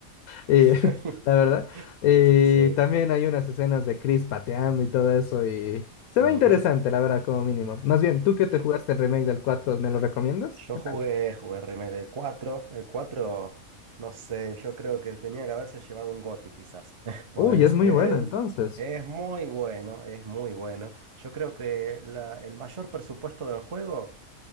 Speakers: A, on the left; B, on the right.
A: eh, <laughs>
B: <laughs>
A: la verdad. Eh,
B: Sí.
A: también hay unas escenas de Chris pateando y todo eso y se
B: ujú,
A: ve interesante, la verdad, como mínimo. Más bien, tú que te
B: Sí.
A: jugaste el remake del cuatro ¿me lo recomiendas?
B: Yo
A: ¿Qué
B: jugué,
A: tal?
B: jugué el remake del 4. El 4, no sé, yo creo que tenía que haberse llevado un GOTY quizás. <laughs> Pues
A: Uy, es muy
B: es,
A: bueno entonces.
B: es muy bueno, es muy bueno. Yo creo que la- el mayor presupuesto del juego.